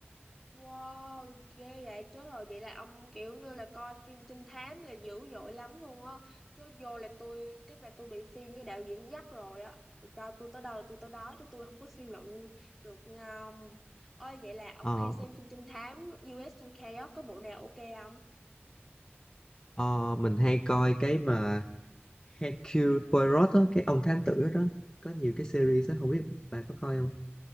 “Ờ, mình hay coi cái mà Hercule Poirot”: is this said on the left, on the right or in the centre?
Left